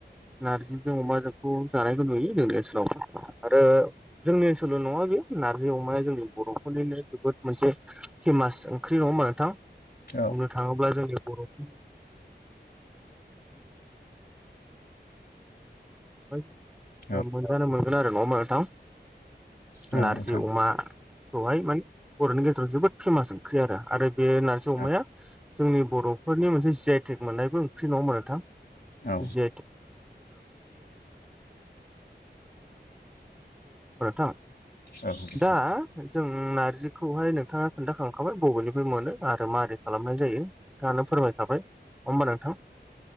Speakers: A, in the centre; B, on the left.
A: नार्जिजों अमाजोंखौ जानायखौ नुयो जोंनि ओनसोलावबो आरो जोंनि ओनसोलल' नंङा बेयो नारजि अमाया जोंनि बर'फोरनिनो जोबोद मोनसे फेमास ओंख्रि नंङा होमबा नोंथां
B: औ
A: बुंनो थाङोब्ला जोंनि बर'फोरनि <unintelligible>
B: औ
A: मोनजानो मोनगोन आरो नंङा होमब्ला नोंथां
B: नोंथां
A: नारजि अमा खौहाय माने बर'नि गेजेराव जोबोद फेमास ओंख्रि आरो आरो बे नार्जि अमाया
B: औ
A: जोंनि बर'फोरनि मोनसे जि आइ टेग मोननायबो ओंख्रि नङा होमब्ला नोंथां
B: औ
A: जि आइ
B: औ नोंथां
A: <unintelligible> दा जों नारजिखौहाय नोंथांङा खोन्थाखांखाबाय बबेनिफ्राय मोनो आरो माबोरै खालामनाय जायो नोंथाङानो फोरमायखाबाय नंङा होमबा नोंथां